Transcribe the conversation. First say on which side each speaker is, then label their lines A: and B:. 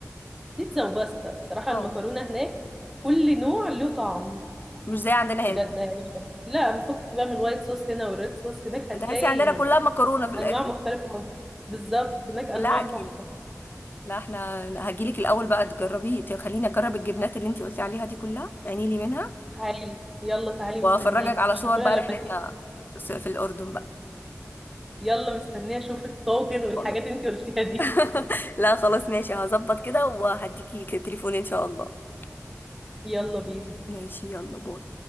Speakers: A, in the centre; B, on the left.
A: بيتزا وباستا بصراحة
B: اه
A: المكرونة هناك كل نوع له طعم
B: مش زي عندنا
A: بجد
B: هنا
A: هيعجبك لا مفك بقى من الوايت صوص هنا والريد صوص هناك هتلاقي
B: تحسي عندنا كلها مكرونه في الاخر
A: أنواع مختلفة خالص بالظبط هناك أنواع
B: كلها عجينه
A: تحفة
B: لا احنا هجيلك الاول بقى تجربي ت- خليني اجرب الجبنات اللي انتي قلتي عليها دي كلها عيني لي منها
A: تعالي يلا تعالي
B: وافرجك
A: مستنياكي
B: على
A: مش
B: صور
A: هاكلها
B: بقى
A: إلا
B: رحلتنا
A: لما تيجي
B: س- في الاردن بقى
A: يلا مستنية أشوف الطاجن والحاجات
B: خلاص
A: اللي انتي قلتيها دي
B: <laughs> لا خلاص ماشي هظبط كده وهديكي تليفون ان شاء الله
A: يلا بينا
B: ماشي يلا باي